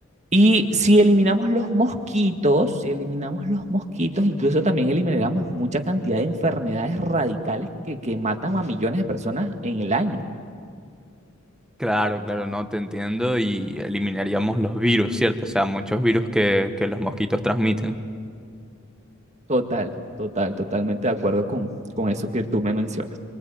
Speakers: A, on the right; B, in the centre.
A: Y si eliminamos los mosquitos, si eliminamos los mosquitos, incluso también eliminamos mucha cantidad de enfermedades radicales que, que matan a millones de personas en el año.
B: Claro, claro, no te entiendo y eliminaríamos los virus, ¿cierto? O sea, muchos virus que, que los mosquitos transmiten.
A: Total, total, totalmente de acuerdo con, con eso que tú me mencionas.